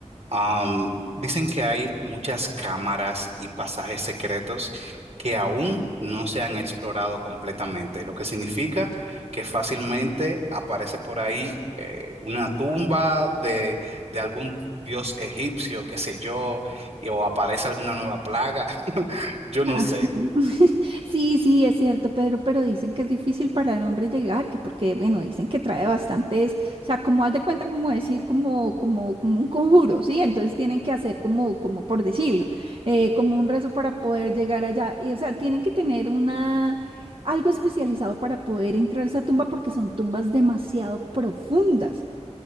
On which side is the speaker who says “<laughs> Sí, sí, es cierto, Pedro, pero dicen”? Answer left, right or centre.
Right